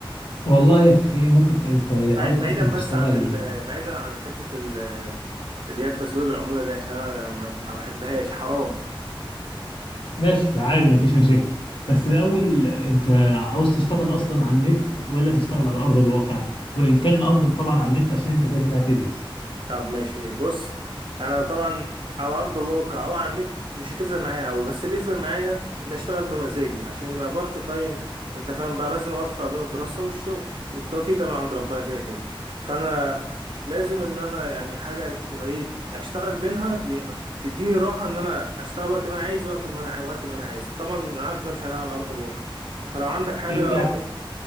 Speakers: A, on the left; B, on the right.
A: والله في ممكن ت- انت عاوز
B: بع-
A: اصلا
B: بعيدا
A: تشتغل
B: بس عن ال... بعيدا عن حتة ال... اللي هي التسويق بالعمولة دي عشان انا ما ما بحبهاش حرام
A: ماشي عادي مفيش مشاكل بس الاول انت عاوز تشتغل اصلا على النت ولا تشتغل على ارض الواقع وان كان الافضل طبعا على النت عشان انت كده كده هتدرس
B: طب ماشي بص انا طبعا على ارض الواقع او على النت مش هتفرق معايا قوي بس اللي يفرق معايا ان اشتغل بمزاجي عشان يبقى بارت تايم انت فاهم بقى لازم اوفق بين الدراسه والشغل والتوفيق ده من عند ربنا كده كده فانا لازم ان انا يعني حاجه تبقى ايه اشتغل بينها ي- تديني راحه ان انا اشتغل وقت ما انا عايز واقفل ما انا عاي- وقت ما انا عايز طبعا أنا عارف ان انا مش هلاقي على ارض الواقع فلو عندك حاجه
A: يع-
B: اوف